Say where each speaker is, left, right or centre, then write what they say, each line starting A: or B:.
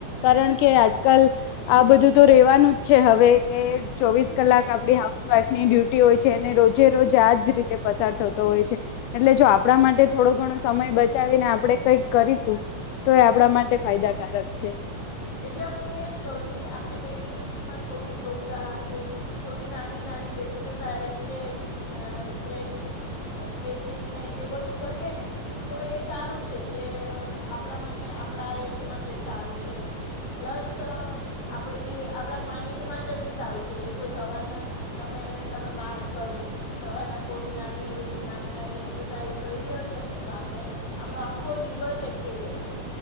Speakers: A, on the left; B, on the left.
A: કારણ કે આજકાલ આ બધું તો રેવાનું જ છે હવે કે ચોવીસ કલાક આપડી હાઉસવાઈફ ની ડ્યુટી હોય છે અને રોજે રોજ આજ રીતે પસાર થતો હોય છે. એટલે જો આપણા માટે થોડો ઘણો સમય બચાવીને આપણે કઈક કરીશું તો એ આપણા માટે ફાયદાકારક છે
B: એટલે હું એજ કહ્યું છું કે આપણે ડેઈલી રૂટીનમાં થોડું યોગા કે થોડી નાની, નાની, એક્સસાાઈઝ કે અ સ્કેચિંગ સ્કેચિંગ ને એ બધું કરીએ ને તો એ સારું છે કે આપણા મા આપણા હેલ્થ માટે સારું છે, પ્લસ આપણી આપણા માઇન્ડ માટે બી સારું છે કે જો સવારના તમે તમે માર્ગ કરજો સવારના થોડી નાની એવી નાની, નાની એક્સરસાાઈઝ કયરી હશે ને તો આપણે આપણો આખો દિવસ એક્ટિવ રહેશે